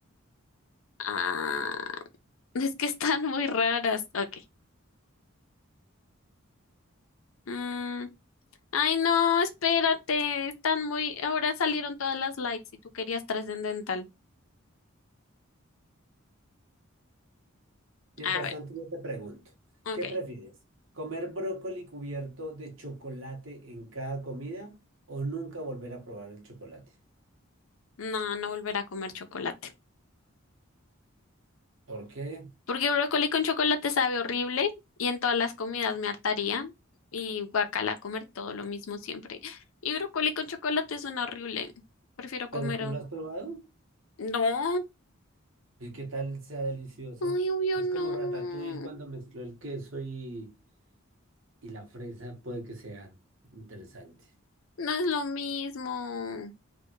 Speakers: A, on the left; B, on the right.
A: Ah, <laughs> es que están muy raras. Ok. Mm, ay, no, espérate. Están muy. Ahora salieron todas las lights y tú querías trascendental.
B: Mientras
A: A ver,
B: tanto, yo te pregunto,
A: ok.
B: ¿qué prefieres? ¿Comer brócoli cubierto de chocolate en cada comida o nunca volver a probar el chocolate?
A: No, no volver a comer chocolate.
B: ¿Por qué?
A: Porque brócoli con chocolate sabe horrible y en todas las comidas me hartaría. Y guacala, comer todo lo mismo siempre. Y brócoli con chocolate suena horrible. Prefiero comer.
B: ¿Pero tú
A: oh,
B: lo has probado?
A: No.
B: ¿Y qué tal sea delicioso?
A: Ay, obvio
B: Es
A: no.
B: como ratatouille cuando mezcló el queso y, y la fresa, puede que sea interesante.
A: No es lo mismo